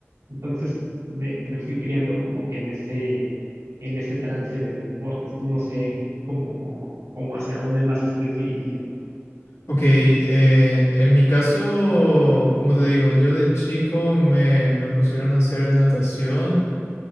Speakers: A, on the right; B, on the left.
A: Entonces me, me fui criando como que en ese, en ese trance de deportes. Tú no sé cómo, cómo hacia dónde más estés dirigido.
B: Ok, eh, en mi caso, como te digo, yo de chico me, me pusieron a hacer natación.